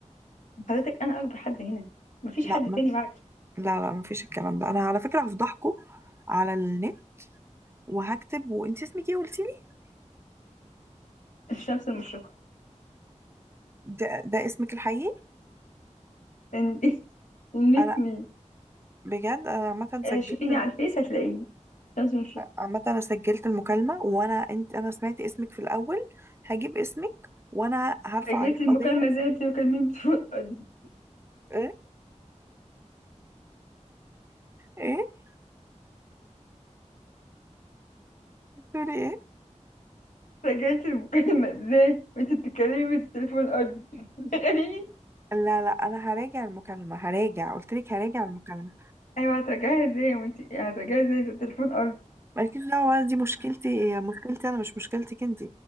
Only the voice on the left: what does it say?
<laughs> حضرتك انا اكبر حد هنا مفيش
حد
تاني بعد
الشمس المشرقة
إن- <laughs> انك
مين
آه،
شوفيني على الفيس هتلاقيني الشمس المشرقة
سجلت
المكالمة
ازاي وانت بتكلميني بتليفون ارضي
سجلت المكالمة ازاي وانت بتتكلمي بالتليفون ارضي <laughs> تخيلي
ايوه هترجعيها ازاي وانت هترجعيها ازاي ده التليفون ارض